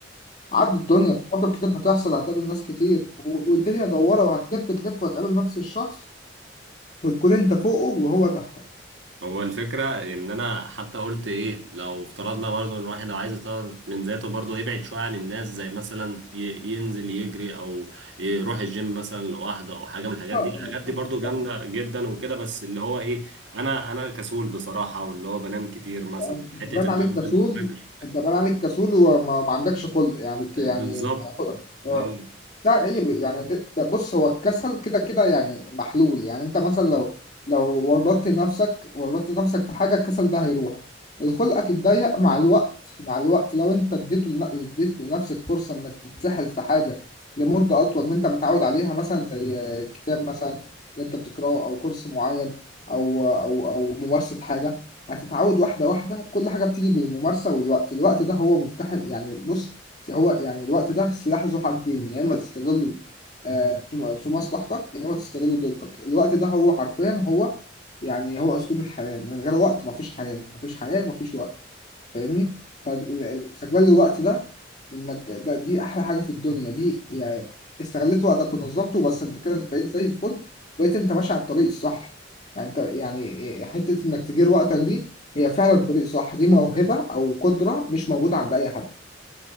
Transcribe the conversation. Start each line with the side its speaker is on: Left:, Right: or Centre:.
Left: عدي الدنيا في مواقف كتير هتحصل هتقابل ناس كتير و- والدنيا دوارة وهتلف تلف وهتقابل نفس الشخص وتكون انت فوقه وهو تحتك
Right: هو الفكرة إن أنا حتى قلت إيه لو افترضنا برضه إن الواحد لو عايز يطور من ذاته برضه يبعد شوية عن الناس زي مثلا ي- ينزل يجري أو يروح الجيم مثلا لوحده أو حاجة من الحاجات
Left: اه
Right: دي الحاجات
Left: اه
Right: دي
Left: طبعا
Right: برضه جامدة
Left: طبعا
Right: جدا وكده بس اللي هو إيه أنا أنا كسول بصراحة واللي هو بنام كتير مثلا
Left: انت باين
Right: حتة إن
Left: عليك
Right: أنا أنزل
Left: كسول
Right: الفجر
Left: انت باين عليك كسول وما ما عندكش خلق يعني ك-
Right: آه،
Left: يعني
Right: بالظبط
Left: خلق. اه
Right: آه.
Left: ده عيب يعني ده ده بص هو الكسل كده كده يعني محلول يعني انت مثلا لو لو ورطت نفسك ورطت نفسك في حاجه الكسل ده هيروح الخلقك اتضيق مع الوقت مع الوقت لو انت اديته لن- اديت لنفسك فرصه انك تتسحل في حاجه لمده اطول من انت متعود عليها مثلا زي كتاب مثلا اللي انت بتقراه او كورس معين او او او ممارسه حاجه هتتعود واحدة واحدة كل حاجة بتيجي بالممارسة والوقت الوقت ده هو مفتاح يعني بص هو يعني الوقت ده سلاح ذو حدين يا إما تستغله آه، في في مصلحتك يا إما تستغله ضدك الوقت ده هو حرفيا هو يعني هو أسلوب الحياة من غير وقت مفيش حياة مفيش حياة مفيش وقت فاهمني فاستغلال الوقت ده إنك ده دي أحلى حاجة في الدنيا دي يعني استغلت وقتك ونظمته بس أنت كده بقيت زي الفل بقيت أنت ماشي على الطريق الصح يعني انت يعني حتة انك تدير وقتك دي هي فعلا طريق صح دي موهبة او قدرة مش موجودة عند اي حد